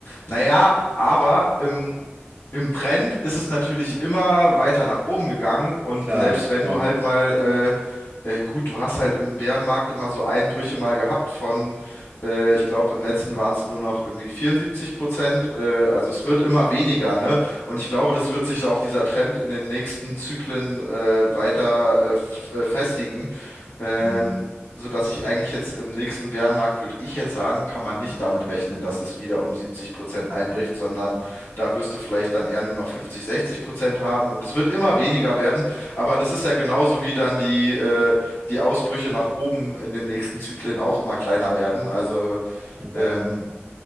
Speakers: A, on the left; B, on the right.
A: naja, aber im im Trend ist es natürlich immer weiter nach oben gegangen und
B: klar,
A: selbst wenn
B: klar.
A: du halt mal, äh, äh, gut, du hast halt im Bärenmarkt immer so Einbrüche mal gehabt von, äh, ich glaube, im letzten waren es nur noch irgendwie 74 Prozent, äh, also es wird immer weniger,
B: Okay.
A: ne? Und ich glaube, das wird sich auch dieser Trend in den nächsten Zyklen äh, weiter äh, f- äh, festigen. Ähm,
B: Mm,
A: sodass ich eigentlich jetzt im nächsten Bärenmarkt, würde ich jetzt sagen, kann man nicht damit rechnen, dass es wieder um 70 Prozent einbricht, sondern da wirst du vielleicht dann eher nur noch 50, 60 Prozent haben und es wird immer weniger werden. Aber das ist ja genauso wie dann die, äh, die Ausbrüche nach oben in den nächsten Zyklen auch immer kleiner werden. Also, ähm,
B: ja,